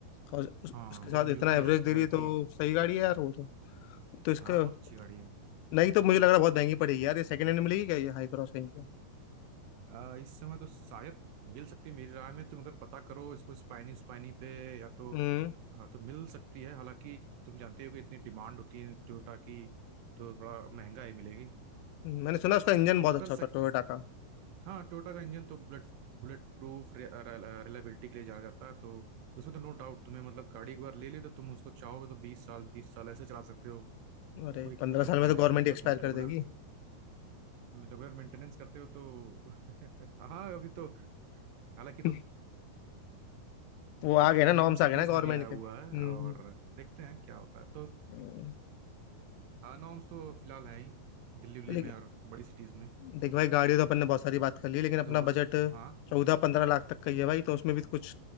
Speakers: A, on the left; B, on the right.
A: और उस,
B: हाँ
A: उसके
B: हाँ वो
A: साथ
B: एमयूवी
A: इतना एवरेज
B: है
A: दे रही
B: मल्टी
A: है तो सही गाड़ी है यार वो तो तो इसका
B: हाँ बहुत अच्छी गाड़ी है
A: नहीं तो मुझे लग रहा है बहुत महंगी पड़ेगी यार ये सेकंड हैंड मिलेगी क्या ये हाई क्रॉस कहीं पे
B: अ, इस समय तो शायद मिल सकती है मेरी राय में तुम अगर पता करो इसको स्पाइनी स्पाइनी पे या तो
A: हम्म
B: अ, तो मिल सकती है हालांकि तुम जानते हो कि इतनी डिमांड होती है टोयोटा की तो थोड़ा महंगा ही मिलेगी
A: मैंने सुना उसका इंजन बहुत
B: तो
A: अच्छा
B: अगर
A: होता
B: सक,
A: है टोयोटा का
B: हाँ टोयोटा का इंजन तो बुलेट बुलेट प्रूफ रिलायबिलिटी के लिए जाना जाता है तो उसमें तो नो डाउट तुम्हें मतलब गाड़ी एक बार ले ली तो तुम उसको चाहोगे तो बीस साल तीस साल ऐसे चला सकते हो
A: अरे
B: कोई
A: पंद्रह
B: धोखा
A: साल में
B: नहीं
A: तो गवर्नमेंट
B: देगा तुमको
A: एक्सपायर
B: तुम
A: कर
B: रेगुलर
A: देगी
B: रेगुलर मेंटेनेंस <laughs> करते हो तो <laughs> हाँ अभी तो हालांकि तो
A: <laughs> वो आ गए ना नॉर्म्स
B: मेन
A: आ
B: सिटीज
A: गए ना गवर्नमेंट
B: में भी आया हुआ
A: के हम्म
B: है और देखते हैं क्या होता है तो
A: हम्म।
B: नॉर्म्स तो फिलहाल है ही दिल्ली उल्ली
A: तो लेकिन
B: में और बड़ी सिटीज में
A: देख भाई गाड़ी तो अपन ने बहुत सारी बात कर ली लेकिन अपना
B: तो
A: बजट
B: हाँ
A: चौदह पंद्रह लाख तक का ही है भाई तो उसमें भी तो कुछ